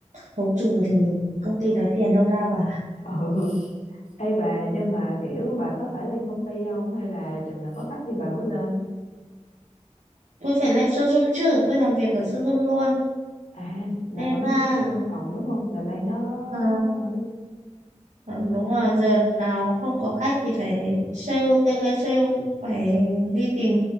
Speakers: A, on the right; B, on the left.
A: khấu trừ thì công ty lấy tiền đâu ra bà
B: <laughs> ừ ê bà nhưng mà kiểu bà có phải lên công ty không hay là chừng nào có khách thì bà mới lên
A: tôi phải lên showroom chứ tôi làm việc ở showroom luôn
B: à là
A: nên
B: vẫn
A: là
B: giống như văn phòng đúng không là lên đó
A: ờ,
B: ờ, luôn
A: ờ, đúng rồi giờ nào không có khách thì phải sale tele sale phải đi tìm